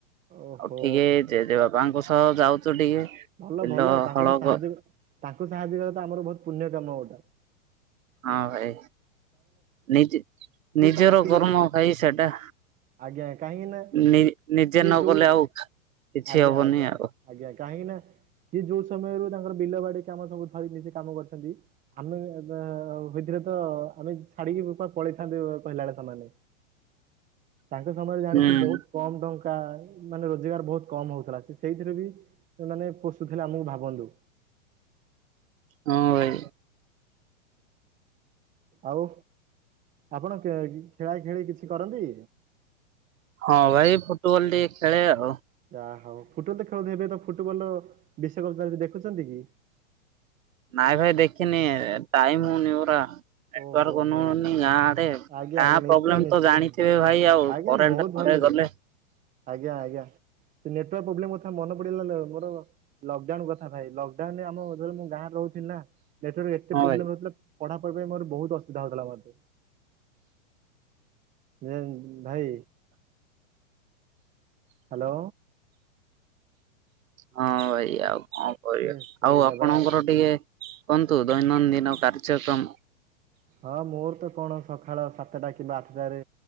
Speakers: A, on the right; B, on the right.
A: ଓହୋ।
B: ଆଉ ଟିକେ ଜେଜେବାପାଙ୍କ ସହ ଯାଉଚୁ ଟିକେ
A: ଭଲ
B: ବିଲ
A: ଭଲ ତାଙ୍କୁ
B: ହଳ
A: ଟେ ସାହାଯ୍ୟ
B: କ
A: ତାଙ୍କୁ ସାହାଯ୍ୟ କରିବାଟା ଆମର ବହୁତ ପୁଣ୍ୟ କାମ ଗୋଟେ
B: ହଁ ଭାଇ ନିଜ
A: ସିଏ
B: ନିଜର
A: ତାଙ୍କ ପିଲା
B: କର୍ମ ଭାଇ ସେଟା
A: ଆଜ୍ଞା କାହିଁକି ନା ସିଏ
B: ନି ନିଜେ ନ
A: ଯୋଉ
B: କଲେ ଆଉ କିଛି
A: ଆଜ୍ଞା
B: ହବନି
A: ଆଜ୍ଞା
B: ଆଉ
A: ଆଜ୍ଞା କାହିଁକି ନା ସିଏ ଯୋଉ ସମୟରୁ ତାଙ୍କର ବିଲ ବାଡିକି ଆମର ସବୁ ଧରି ମିଶି କାମ କରୁଛନ୍ତି ଆମେ ଭଥିରେ ତ ଆମେ ଛାଡିକିପା ପଳେଇଥାନ୍ତି କହିଲା ବେଳେ ସେମାନେ ତାଙ୍କ ସମୟରେ ଜାଣିଛେ
B: ହୁଁ।
A: ବହୁତ କମ ଟଙ୍କା ମାନେ ରୋଜଗାର ବହୁତ କମ ହଉଥିଲା ସେ ସେଇଥିରୁ ବି ମାନେ ପୋଷୁଥିଲେ ଆମକୁ ଭାବନ୍ତୁ
B: ହଁ ଭାଇ।
A: ଆଉ ଆପଣ କେ ଖେଳା ଖେଳି କିଛି କରନ୍ତି?
B: ହଁ ଭାଇ ଫୁଟବଲ ଟିକେ ଖେଳେ ଆଉ।
A: ଆ ହଉ ଫୁଟବଲ ତ ଖେଳ ହେବେ ତ ଫୁଟବଲ ବିଶ୍ୱକପ୍ ଚାଲ ଦେଖୁଛନ୍ତି କି?
B: ନାଇଁ ଭାଇ ଦେଖିନି ଟାଇମ ହୋଉନି ପରା ନଟାର୍ନଉନି
A: ଓହୋ ହୋ
B: ଗାଁ ଆଡେ
A: ଆଜ୍ଞା
B: ଗାଁ
A: ଆଜ୍ଞା ନିଶ୍ଚୟ
B: ପ୍ରୋବ୍ଲେମ
A: ନିଶ୍ଚୟ
B: ତ ଜାଣିଥିବେ ଭାଇ ଆଉ
A: ଆଜ୍ଞା
B: ପରୋ
A: ବହୁତ
B: ଥରେ
A: ଭଲରେ
B: ଗଲେ
A: ଆଜ୍ଞା ଆଜ୍ଞା। ସେ ନେଟାର୍ ପ୍ରୋବ୍ଲେ କଥା ମନ ପଡିଲା ମର ଲକ୍ଡାଉନ କଥା ଭାଇ ଲ ତାହାଲେ ଆମ ଯୋଉଠି ମୁଁ ଗାଁରେ ରହୁଥିଲ ନା ନେଟୱାର୍କ ଏତେ
B: ହଁ
A: ପ୍ରୋବ୍ଲେମ
B: ଭାଇ।
A: ରହୁଥିଲା ପଢ଼ା ପଢ଼ ପାଇଁ ମୋର ବହୁତ ଅସୁବିଧା ହୋଉଥିଲା ମୋତେ ଯେ ଭାଇ ହାଲୋ।
B: ହଁ ଭାଇ ଆଉ କଣ କରିବା
A: ସେ ସେଇଟା
B: ଆଉ ଆପଣଙ୍କର
A: ପରା
B: ଟିକେ କୁହନ୍ତୁ ଦୈନନ୍ଦିନ କାର୍ଯ୍ୟକ୍ରମ।
A: ହଁ ମୋର ତ କଣ ସକାଳ ସାତଟା କିମ୍ବା ଆଠଟାରେ